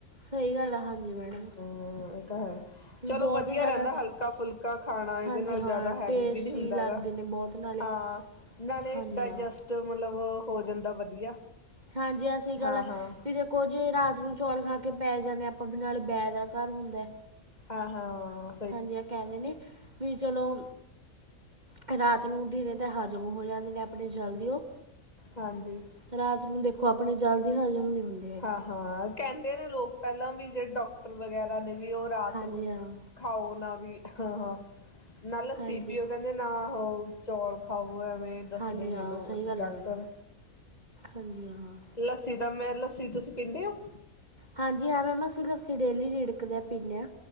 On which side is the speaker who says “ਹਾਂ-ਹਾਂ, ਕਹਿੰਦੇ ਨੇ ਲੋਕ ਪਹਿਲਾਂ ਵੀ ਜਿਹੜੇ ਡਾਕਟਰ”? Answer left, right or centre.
Left